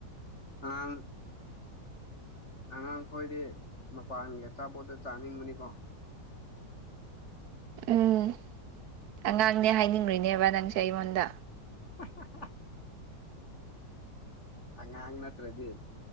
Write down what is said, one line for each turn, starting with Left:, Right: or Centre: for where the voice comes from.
Left: ꯑꯥꯡ ꯑꯉꯥꯡꯈꯣꯏꯗꯤ ꯃꯄꯥꯟꯒꯤ ꯑꯆꯥꯄꯣꯠꯠꯇ ꯆꯥꯅꯤꯡꯕꯅꯤꯀꯣ
Right: ꯎꯝ ꯑꯉꯥꯡꯅꯦ ꯍꯥꯏꯅꯤꯡꯔꯤꯅꯦꯕ ꯅꯪꯁꯦ ꯑꯩꯉꯣꯟꯗ
Left: <inaudible> ꯑꯪ ꯅꯠꯇ꯭ꯔꯗꯤ